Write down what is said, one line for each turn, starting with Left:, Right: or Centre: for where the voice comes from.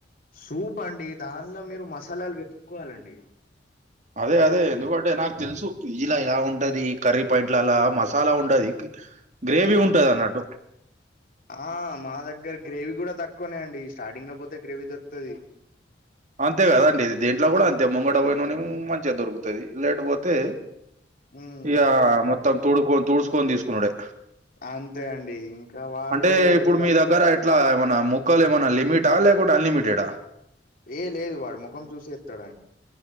Left: సూప్ అండి దానిలో మీరు మసాలాలు వెతుక్కోవాలండి
Right: అదే అదే ఎందుకంటే నాకు తెలుసు పిజీల ఇలా ఉంటాది కర్రీ పాయింట్ అలా మసాలా ఉండది గ్రేవీ
Left: ఆ
Right: ఉంటది అన్నట్టు
Left: ఆ మా దగ్గర గ్రేవీ కూడా తక్కువనే అండి స్టార్టింగ్ లో పోతే గ్రేవీ దొరుకుతది
Right: అంతే కద అండి దీంట్ల కూడా అంతే ముంగడ పోయినోని మంచిగా దొరుకుతది లేటు పోతే
Left: ఉమ్
Right: ఇగ మొత్తం తోడుకోని తుడుసుకొని తీసుకునుడే
Left: అంతే అండి ఇంకా వాడు
Right: అంటే ఇప్పుడు
Left: ఎట్లా
Right: మీ దగ్గర ఎట్లా ఏమన్నా ముక్కలు ఏమనా లిమిట్ ఆ లేకుండా అన్ లిమిటెడ్
Left: ఏ లేదు వాడు ముఖం చూసి ఏత్తడు